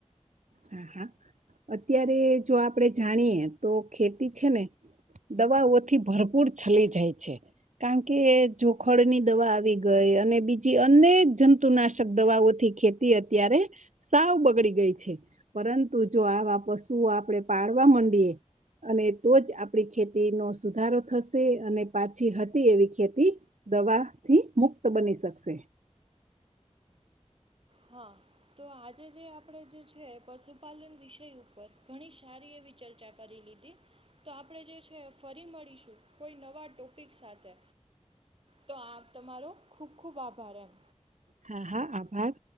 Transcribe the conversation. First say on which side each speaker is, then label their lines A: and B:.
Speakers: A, on the right; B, on the right.
A: હા હા અત્યારે જો આપણે જાણીયએ તો ખેતી છે ને દવા ઓથી ભરપૂર ચલી જાય છે. કારણ કે જોખડ ની દવા આવી ગઈ અને બીજી અનેક જંતુનાશક દવાઓથી ખેતી તે અત્યારે સાવ બગડી ગઈ છે. પરંતુ જો આવા પશુઓ આપણેે પાડવા માંડીએ અને તો જ આપડી ખેતી નો સુધારો થશે અને પાછી હતી એવી ખેતી દવા થી મુક્ત બની શકશે
B: હા તો આજે જે આપણેે જે છે પશુપાલન વિષય ઉપર ઘણી સારી એવી ચર્ચા કરી લીધી તો આપણે જે છે ફરી મળીશું કોઈ નવા ટોપિક સાથે તો આ તમારો ખૂબ ખૂબ આભાર એમ
A: હા હા આભાર